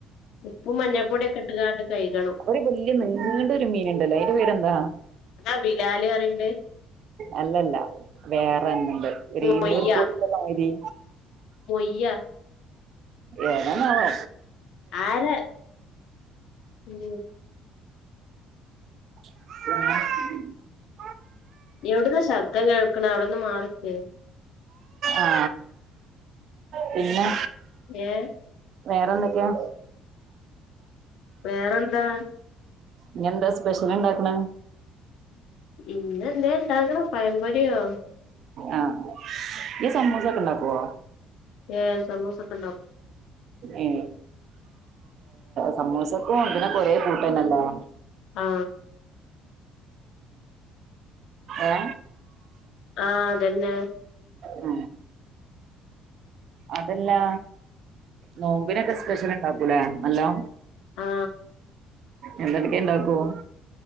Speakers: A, on the left; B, on the right.
A: ഉപ്പും മഞ്ഞപ്പൊടിയൊക്കെ ഇട്ട്കാണ്ട് കഴുകണം
B: ഒരു വല്യ നീണ്ട ഒരു മീനുണ്ടല്ലോ അയിന്റെ പേരെന്താ
A: ആ ബിലാല് അറിനത്
B: അല്ലല്ല വേറെന്ന്ണ്ട് ഒരു ഈർക്കൂലിന്റെ
A: മൊയ്യ
B: മാരി
A: മൊയ്യ
B: ഏതാണോവോ
A: ആരാ ഉം
B: <unintelligible>
A: എവിട്ന്നാ ശബ്ദം കേൾക്ണേ അവിടെന്ന് മാറിക്ക്
B: ആ പിന്നെ
A: ഏ
B: വേറെന്തൊക്കെയാ
A: വേറെന്താ
B: ഇഞ്എന്താ സ്പെഷ്യല് ഇണ്ടാക്ക്ണേ
A: പിന്നെന്തേം ഇണ്ടാകണം പയംമ്പോരിയോ
B: ആ ഇയ്യ് സമൂസക്കെ ഉണ്ടാക്കൊ
A: ഏ സമൂസ ഒക്കെ ഉണ്ടാക്കും
B: ഏ സമൂസക്കും ഇതിനൊക്കെ ഒരേ കൂട്ട്ന്നെല്ലേ
A: ആ
B: ഏ
A: ആ അതന്നെ
B: അ അതല്ലാ നോമ്പിനൊക്കെ സ്പെഷ്യല് ണ്ടാക്കൂലേ ഹലോ
A: ആ
B: എന്തക്കെ ഇണ്ടാക്കും